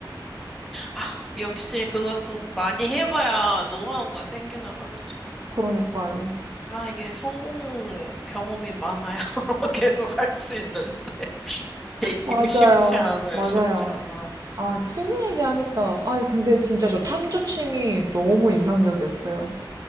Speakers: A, in the centre; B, on the right.
A: 아, 역시 그것도 많이 해봐야 노하우가 생기나 봐요, 그쵸?
B: 그러니까요.
A: 아, 이게 성공 경험이 많아야 <laughs> 계속 할 수 있는 베이킹
B: 맞아요.
A: 쉽지 않아요,
B: 맞아요.
A: 쉽지 않아.
B: 아, 취미 얘기하니까. 아, 근데 진짜 저 탐조 취미 너무 인상적이었어요.